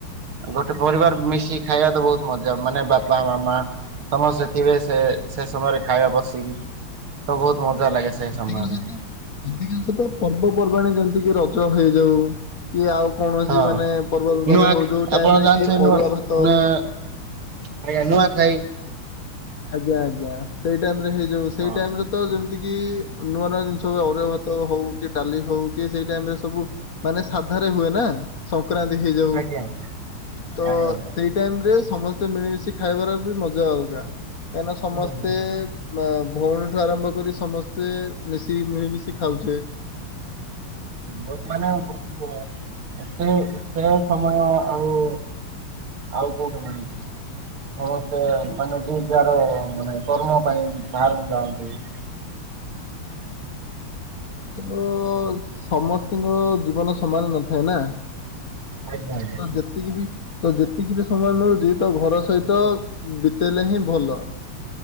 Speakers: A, on the right; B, on the left.
A: ଗୋଟେ ପରିବାର ମିଶି ଖାଇବା ତ ବହୁତ ମଜା ମାନେ ବାପା ମାମା ସମସ୍ତେ ଥିବେ ସେ
B: ଆଜ୍ଞା।
A: ସେ ସମୟରେ ଖାଇବା ବସିକି ତ ବହୁତ ମଜା ଲାଗେ। ସେ
B: ଅଧିକାଂଶ
A: ସମୟରେ
B: ଅଧିକାଂଶ ତ ପର୍ବପର୍ବାଣି ଯେମିତିକି ରଜ ହେଇଯାଉ। କି ଆଉ କୌଣସି
A: ହଁ
B: ମାନେ ପର୍ବପର୍ବାଣି
A: ନୂଆ
B: ହଉ ଯୋଉ ଟାଇମ
A: ଆପଣ
B: ରେ
A: ଜାଣିଥିବେ
B: କି
A: ନୂଆ
B: ଅରୁଆ ଭାତ।
A: ନୂଆ ଆଜ୍ଞା ନୂଆଖାଇ।
B: ଆଜ୍ଞା ଆଜ୍ଞା ସେଇ ଟାଇମରେ ହେଇଯାଉ। ସେଇ
A: ହଁ।
B: ଟାଇମରେ ତ ତିକି ନୂଆ ନୂଆ ଜିନିଷ ଅରୁଆ ଭାତ ହଉ କି ଡାଲି ହଉ କି ସେଇ ଟାଇମ ରେ ସବୁ ମାନେ ସାଧାରେ ହୁଏ ନା ସଂକ୍ରାନ୍ତି ହେଇଯାଉ।
A: ଆଜ୍ଞା
B: ତ
A: ଆଜ୍ଞା ଆଜ୍ଞା
B: ସେଇ ଟାଇମରେ ସମସ୍ତେ ମିଳିମିଶି ଖାଇବାର ବି ମଜା ଅଲଗା। କାହିଁନା ସମସ୍ତେ
A: ହୁଁ ହୁଁ ହୁଁ।
B: ନା ଭଉଣୀଠୁ ଆରମ୍ଭ କରି ସମସ୍ତେ ମିଶିକି ମିଳିମିଶି ଖାଉଛେ।
A: ବହୁତ ମାନେ ବହୁତ ସେ ସେ ସମୟ ଆଉ ଆଉ କୋଉ କଣା ହେଇଛି ହଁ। ସେ ମାନେ ଯିଏ ଯାର ମାନେ କର୍ମ ପାଇଁ ବାହାରକୁ ଯାଆନ୍ତି।
B: ତ ସମସ୍ତଙ୍କ ଜୀବନ ସମାନ ନଥାଏ ନା।
A: ଆଜ୍ଞା ଆଜ୍ଞା
B: ତ ଯେତିକି ବି ତ ଯେତିକି ବି ସମୟ ମିଳୁଛି ତ ଘର ସହିତ ବିତେଇଲେ ହିଁ ଭଲ।